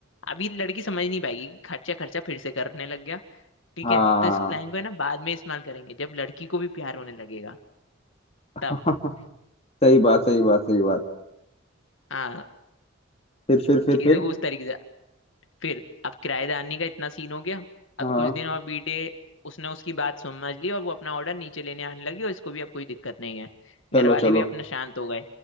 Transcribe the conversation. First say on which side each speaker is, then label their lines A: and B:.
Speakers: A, on the left; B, on the left.
A: अभी लड़की समझ नहीं पाएगी कि खर्चा खर्चा फिर से करने लग गया ठीक
B: हाँ
A: है तो इस लाइन को है ना बाद में इस्तेमाल करेंगे जब लड़की को भी प्यार होने लगेगा
B: <laughs>
A: तब
B: सही बात सही बात सही बात
A: हाँ
B: फिर फिर फिर
A: चीजों
B: फिर
A: को उस तरीके से फिर अब किराएदारनी का इतना सीन हो गया अब
B: हाँ
A: कुछ दिन और बीते उसने उसकी बात समझ ली और वो अपना ऑर्डर नीचे लेने आने लगी और इसको भी अब कोई दिक्कत नहीं है
B: चलो
A: घर वाले
B: चलो
A: भी अपना शांत हो गए